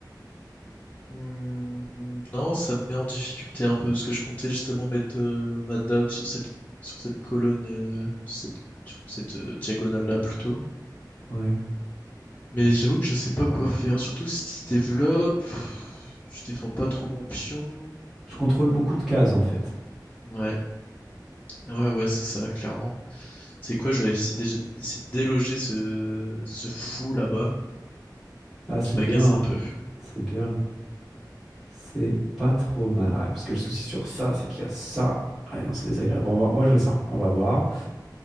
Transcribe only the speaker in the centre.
ouais.
Je contrôle beaucoup de cases en fait.
Ah, c'est
bien,
c'est bien, c'est pas trop mal. Ah, ouais, parce que le souci sur ça, c'est qu'il y a ça. Ah Ouais, non, c'est désagréable. Bon, on va, on va jouer ça. On va voir.